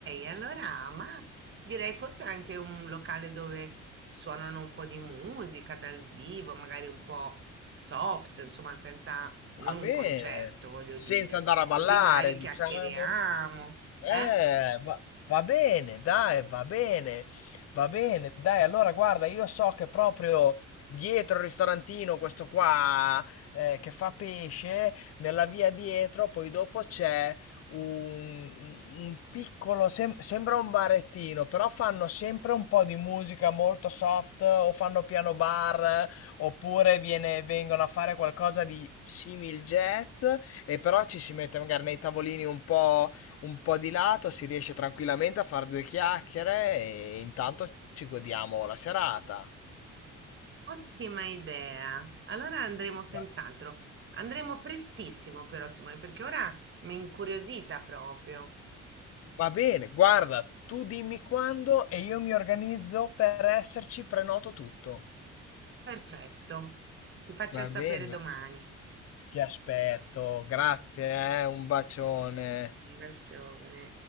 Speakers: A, on the right (about 40°); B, on the left (about 55°).
A: allora, ma direi forse anche un locale dove suonano un po' di musica dal vivo, magari un po' soft, insomma, senza, non
B: Va bene,
A: un concerto, voglio
B: senza
A: dire.
B: andare a ballare,
A: Così magari
B: diciamo.
A: chiacchieriamo,
B: Eh,
A: eh?
B: va, va bene, dai, va bene, va bene, dai, allora guarda, io so che proprio dietro il ristorantino, questo qua eh, che fa pesce, nella via dietro, poi dopo c'è un, un- un piccolo, sem- sembra un barettino, però fanno sempre un po' di musica molto soft, o fanno piano bar, oppure viene- vengono a fare qualcosa di simil jazz, e però ci si mette magari nei tavolini un po' un po' di lato, si riesce tranquillamente a fare due chiacchiere e intanto ci godiamo la serata.
A: Ottima idea. Allora andremo senz'altro.
B: Va,
A: Andremo prestissimo però, Simone, perché ora mi è incuriosita proprio.
B: va bene, guarda, tu dimmi quando e io mi organizzo per esserci, prenoto tutto.
A: Perfetto. Ti faccio
B: Va
A: sapere
B: bene,
A: domani.
B: ti aspetto, grazie, eh, un bacione.
A: Un bacione.